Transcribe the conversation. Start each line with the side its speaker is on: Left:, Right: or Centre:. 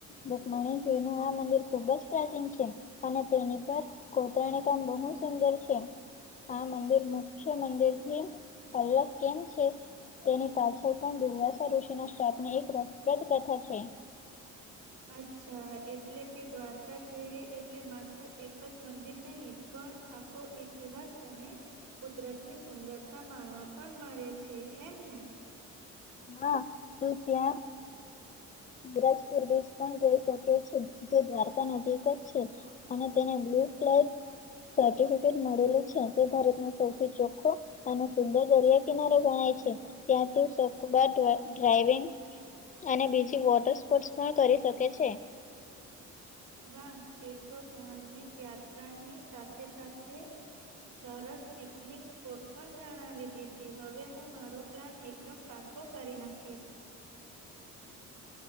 Left: રુકમણીજી નું આ મંદિર ખુબ જ પ્રાચીન છે અને તેની પર કોતરાણી કામ બહુ સુંદર છે આ મંદિર મુખ્ય મંદિર થી અલગ કેમ છે? તેની પાછળ પણ દુર્વાસા ઋષિના સ્થાપની એક રપ્રદ કથા છે.
Right: અચ્છા એટલે કે દ્વારકા જઈએ એટલે માત્ર એક જ મંદિર નહી પણ આ કો ઇતિહાસ અને કુદરત ની સુંદરતા માણવા પણ મળે છે એમ ને
Left: હા. એ પ એ બરાજપુર બીચ પણ જઈ શકે છે જે દ્વારકા નજીક જ છે અને તેને બ્લુ ફ્લેગ સર્ફ- તે મળેલું છે તે ભારત નું સૌથી ચોખ્ખો અને સુંદર દરિયા કિનારો ગણાય છે. ત્યાં તું શોકબાર ડ્રાઈવિંગ અને બીજ ઈ વોટર સ્પોર્ટસ પણ કરી શકે છે
Right: <inaudible> વાહ તે તો ધાર્મિક યાત્રાની સાથે સાથે સરસ પિકનિક સ્પોટ પણ જણાવી દીધી હવે હું મારો પ્લાન એકદમ પાક્કો કરી નાખીશ